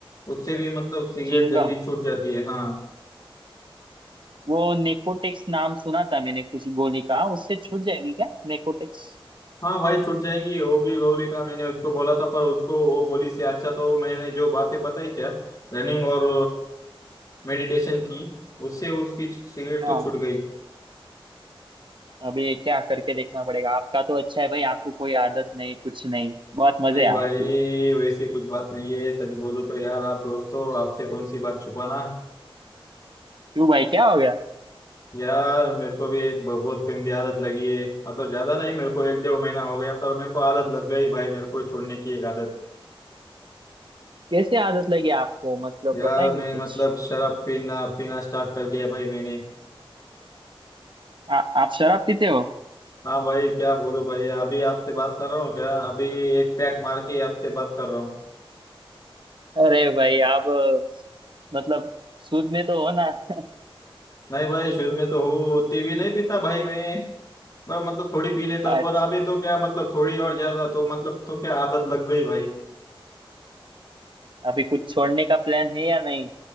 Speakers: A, on the left (about 40°); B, on the right (about 55°).
A: उससे भी मतलब सिगरेट
B: चिंगम
A: जल्दी छूट जाती है हाँ
B: वो नेकोटेक्स नाम सुना था मैंने कुछ गोली का उससे छूट जाएगी क्या नेकोटेक्स
A: हाँ भाई छूट जाएंगी वो भी गौरी का मैंने उसको बोला था पर उसको वो बोली से अच्छा तो मैंने जो बातें बताई क्या रनिंग और मेडिटेशन की उससे उसकी सिगरेट
B: हाँ
A: तो छूट गई
B: अभी क्या करके देखना पड़ेगा आपका तो अच्छा है भाई आपको कोई आदत नहीं कुछ नहीं बहुत मजे
A: नहीं
B: है
A: भाई
B: आपकी
A: वैसी कुछ बात नहीं है सच बोलूं तो यार आप दोस्तों आपसे कौन सी बात छुपाना
B: क्यों भाई क्या हो गया
A: यार मेरे को भी एक ब- बहुत गंदी आदत लगी है मतलब ज्यादा नहीं मेरे को एक डेढ़ महीना हो गया पर मेरे को आदत लग गई भाई मेरे को छोड़ने की एक आदत
B: कैसे आदत लगी आपको मतलब
A: यार
B: बताएंगे
A: मैं
B: कुछ
A: मतलब शराब पीना पीना स्टार्ट कर दिया भाई मैंने
B: आ, आप शराब पीते हो
A: हाँ भाई क्या बोलूं भाई अभी आपसे बात कर रहा हूँ क्या अभी एक पैक मार के आपसे बात कर रहा हूँ
B: अरे भाई आप मतलब सूद में तो हो ना <laughs>
A: नहीं भाई शुरू में तो हूँ टीवी नहीं पीता भाई मैं पर मतलब थोड़ी पी लेता
B: अच्छा
A: हूँ पर अभी तो क्या मतलब थोड़ी और ज्यादा तो मतलब तो क्या आदत लग गई भाई
B: अभी कुछ छोड़ने का प्लान है या नहीं